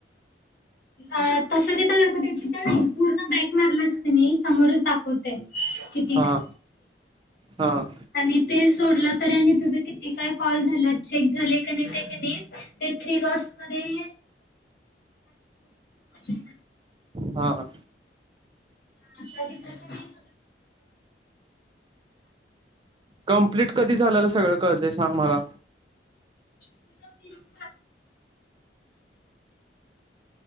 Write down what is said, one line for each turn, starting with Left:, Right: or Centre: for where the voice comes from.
Left: अ तस तिथं दाखवत, तिथ नाही, पूर्ण बॅक मारलास की नाही समोरच दाखवतय कित
Right: हा, हा.
Left: आणि ते सोडलं तर आणि तुझ किती काय कॉल झालेत, चेक झाले की नाही, ते की नाही ते थ्री डॉट्स मधे <unintelligible>
Right: हा, हा.
Left: आता तिथल तुम्ही
Right: कंप्लीट कधी झालेल, सगळं कळतय सांग मला?
Left: <unintelligible>